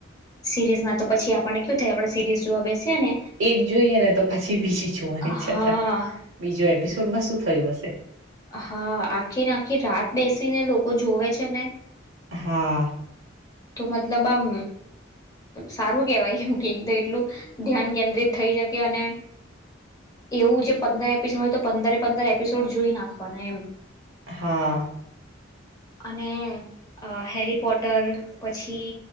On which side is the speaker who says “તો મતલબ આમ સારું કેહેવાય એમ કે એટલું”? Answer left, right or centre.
Left